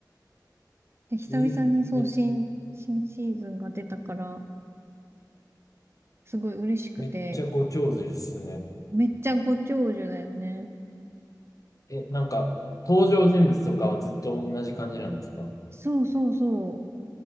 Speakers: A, on the right; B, on the left.
A: で、久々にそう、
B: え、め、
A: 新、新シーズンが出たから、すごい嬉しくて、
B: めっちゃご長寿ですね。
A: めっちゃご長寿だよね。
B: え、なんか、登場人物とかはずっと同じ感じなんですか
A: そうそうそ